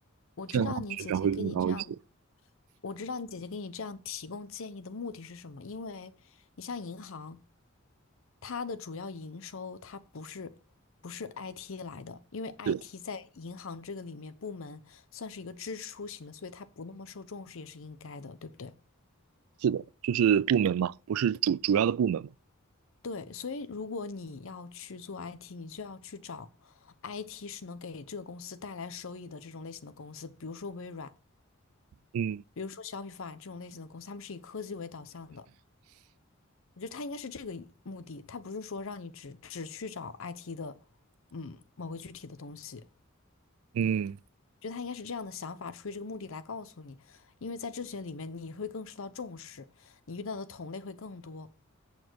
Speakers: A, on the left; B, on the right.
A: 我知道你姐姐跟你这样，
B: 这样的话成长会更高一些。
A: 我知道你姐姐给你这样提供建议的目的是什么，因为你像银行，它的主要营收它不是不是 IT 来的，因为 IT
B: 对，
A: 在银行这个里面部门算是一个支出型的，所以它不那么受重视也是应该的，对不对？
B: 是的，就是部门嘛，不是主主要的部门嘛。
A: 对，所以如果你要去做 IT，你就要去找 IT 是能给这个公司带来收益的这种类型的公司，比如说微软，
B: 嗯
A: 比如说 Shopify 这种类型的公司，他们是以科技为导向的。我觉得它应该是这个目的，它不是说让你只只去找 IT 的，嗯，某个具体的东西。
B: 嗯
A: 觉得他应该是这样的想法，出于这个目的来告诉你，因为在这些里面你会更受到重视，你遇到的同类会更多。